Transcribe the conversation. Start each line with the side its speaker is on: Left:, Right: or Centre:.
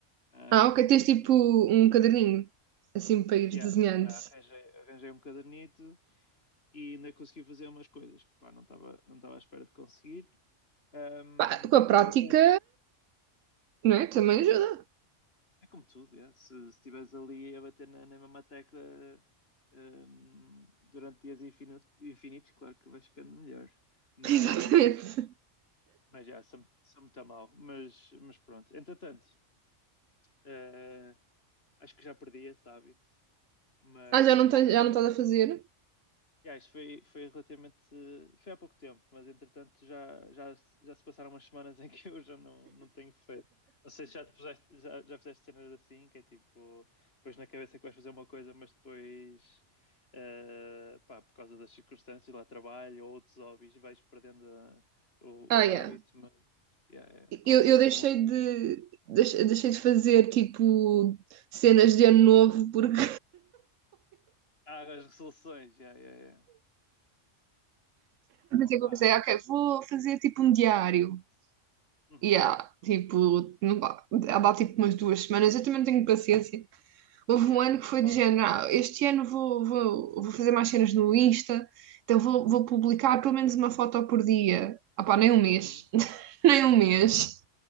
Left: Um,
Right: Ah, ok, tens tipo um caderninho, assim, para ir
Left: yeah,
Right: desenhando.
Left: yeah, arranjei, arranjei um cadernito e ainda consegui fazer umas coisas que pá, não estava não estava à espera de conseguir. Um,
Right: Pá, com a prática,
Left: mas entre-
Right: não é? Também ajuda.
Left: é como tudo, yeah. se se estiveres ali a bater na, na mesma tecla um, durante dias infinu- infinitos, claro que vais ficando melhor. Mas,
Right: <laughs> Exatamente.
Left: mas já, sou, sou muito a mal. Mas, mas pronto, entretanto, eh, acho que já perdi esse hábito, mas
Right: Ah, já não tens, já não estás a fazer?
Left: Yeah, isto foi, foi relativamente. Foi há pouco tempo, mas entretanto já, já, já se passaram umas semanas em que <laughs> eu já não, não tenho feito. Não sei se já, te puseste, já, já fizeste cenas assim, que é tipo, pões na cabeça que vais fazer uma coisa, mas depois, eh, pá, por causa das circunstâncias, lá trabalho ou outros hobbies, vais perdendo eh, o,
Right: Ah,
Left: o
Right: yeah.
Left: hábito, mas yeah, yeah, aconteceu-me
Right: Eu, eu deixei
Left: com isso.
Right: de, deixei, deixei de fazer, tipo, cenas de ano novo, porque
Left: Ah, as resoluções, yeah, yeah, yeah.
Right: <laughs> pensei
Left: Opa!
Right: que eu pensei, ah, ok, vou fazer, tipo, um diário.
Left: Uhum,
Right: E yeah, tipo, não dá, dá tipo umas duas semanas, eu também não tenho paciência. Houve
Left: yeah.
Right: um ano que foi
Left: Ó,
Right: de género, ah, este ano vou, vou, vou fazer mais cenas no Insta, então vou, vou publicar pelo menos uma foto por dia. Ah pá, nem um mês.
Left: uhum.
Right: <laughs> Nem um mês.